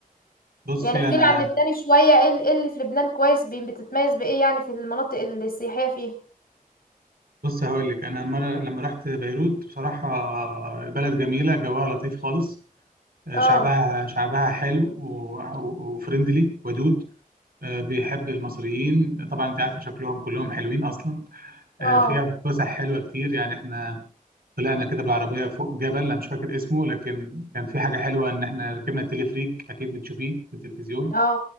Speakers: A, on the right; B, on the left.
A: بصي
B: يعني احكيلي
A: انا
B: عن لبنان شويه ايه ال- إيه اللي في لبنان كويس بي- بتتميز بايه يعني في المناطق السياحيه فيها
A: بص هقول لك انا مرة لما رحت بيروت بصراحة البلد جميلة جواها لطيف خالص آه،
B: اه
A: شعبها شعبها حلو و- وفريندلي ودود آه، بيحب المصريين طبعا انت عارفة شكلهم كلهم حلوين اصلا آه،
B: اه
A: فيها فسح حلوة كتير يعني احنا طلعنا كده بالعربية فوق جبل انا مش فاكر اسمه لكن كان في حاجة حلوة ان احنا ركبنا التلفريك اكيد بتشوفيه في التلفزيون
B: اه